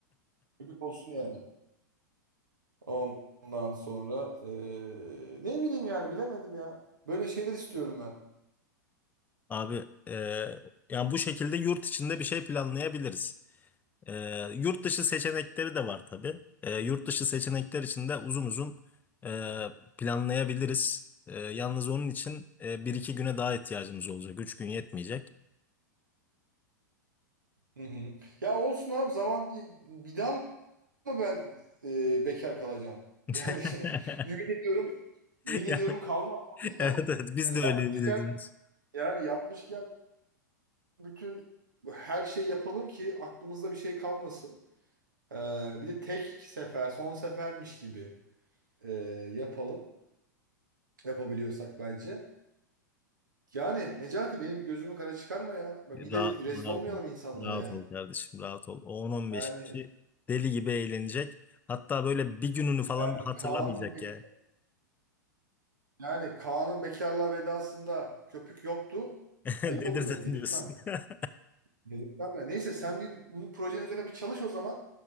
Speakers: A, on the right; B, on the left.
A: Köpük olsun yani. Ondan sonra eee, ne bileyim yani bilemedim ya. Böyle şeyler istiyorum ben.
B: Abi e, yani bu şekilde yurt içinde bir şey planlayabiliriz. E, yurt dışı seçenekleri de var tabii. E, yurt dışı seçenekler için de uzun uzun e, planlayabiliriz. E, yalnız onun için e, bir iki güne daha ihtiyacımız olacak. Üç gün yetmeyecek.
A: Hı hı. Ya olsun abi zaman bir daha mı ben eee, bekar kalacağım?
B: <laughs>
A: Yani <laughs> ümit ediyorum. Ümit
B: Ya
A: ediyorum kalmam o yüzden.
B: Evet evet biz
A: Yani
B: de öyle
A: yapmışken
B: mi dediniz?
A: yani yapmışken bütün her şeyi yapalım ki aklımızda bir şey kalmasın. Ee, bir de tek sefer, son sefermiş gibi e, yapalım. Yapabiliyorsak bence. Yani Necati benim gözümü kara çıkarma ya. Bak bir
B: Ra-
A: de rezil
B: rahat
A: olmayalım
B: ol.
A: insanlara
B: Rahat
A: yani.
B: ol kardeşim rahat ol. O 10-15
A: Yani,
B: kişi deli gibi eğlenecek. Hatta böyle bir gününü falan
A: yani
B: da hatırlamayacak
A: Kaan'ın be-
B: yani.
A: yani Kaan'ın bekarlığa vedasında köpük yoktu.
B: <laughs>
A: Ayıp
B: Dedirten
A: olur yani dedirtmem.
B: diyorsun. <laughs>
A: Dedirtmem ya. Neyse sen bir bunun projenin üzerine bir çalış o zaman.